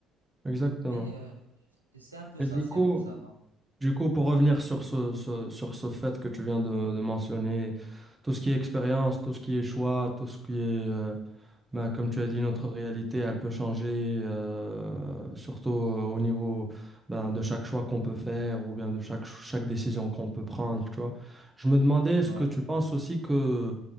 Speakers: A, on the right; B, on the right.
A: exactement.
B: Mais euh, c'est un peu
A: Et
B: ça,
A: du
B: c'est
A: coup,
B: un peu ça. donc.
A: du coup, pour revenir sur ce, ce- sur ce fait que tu viens de, de mentionner, tout ce qui est expérience, tout ce qui est choix, tout ce qui est, euh, ben, comme tu as dit, notre réalité, elle peut changer, euh, surtout euh, au niveau ben, de chaque choix qu'on peut faire ou bien de chaque, chaque décision qu'on peut prendre, tu vois. Je me demandais, est-ce
B: Ouais.
A: que tu penses aussi que